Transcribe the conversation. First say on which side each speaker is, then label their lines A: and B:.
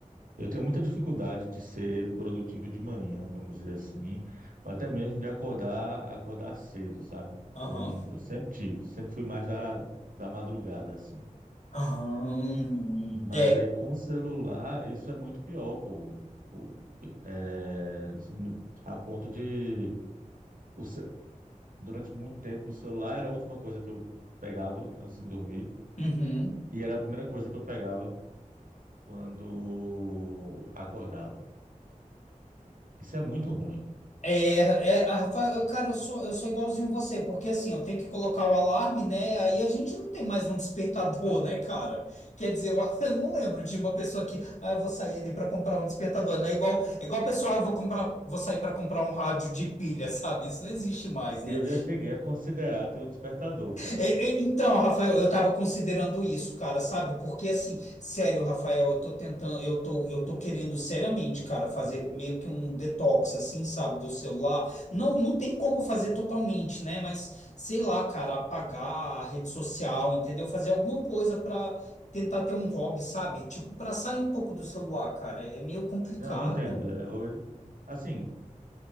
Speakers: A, on the right; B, on the left.
A: Eu tenho muita dificuldade de ser produtivo de manhã, vamos dizer assim, ou até mesmo de acordar, acordar cedo, sabe?
B: Aham.
A: Então, eu sempre tive, sempre fui mais da, da madrugada, assim.
B: Aham.
A: Mas
B: É.
A: aí com o celular, isso é muito pior, pô. Pô, é, isso me- a ponto de, o ce- durante muito tempo, o celular era a última coisa que eu pegava antes de dormir,
B: Uhum.
A: e era a primeira coisa que eu pegava quando acordava. Isso é muito ruim.
B: É, é, a Rafa, eu- cara, eu sou, eu sou igualzinho você, porque assim, eu tenho que colocar o alarme, né? Aí a gente não tem mais um despertador, né, cara? Quer dizer, eu, <laughs> eu não lembro de uma pessoa que, ah, eu vou sair ali para comprar um despertador, né? Igual, é igual a pessoa, ah, eu vou comprar, vou sair para comprar um rádio de pilha, <laughs> sabe? Isso não existe mais, né?
A: Eu já cheguei a considerar ter um despertador, cara.
B: É, é, Então, Rafael, eu estava considerando isso, cara, sabe? Porque assim, sério, Rafael, eu tô tentando, eu tô, eu tô querendo seriamente, cara, fazer meio que um detox, assim, sabe, do celular. Não, não tem como fazer totalmente, né? Mas sei lá, cara, apagar a rede social, entendeu? Fazer alguma coisa para tentar ter um hobby, sabe? Tipo, para sair um pouco do celular, cara. É meio complicado.
A: Não, eu entendo. É, hoje, assim,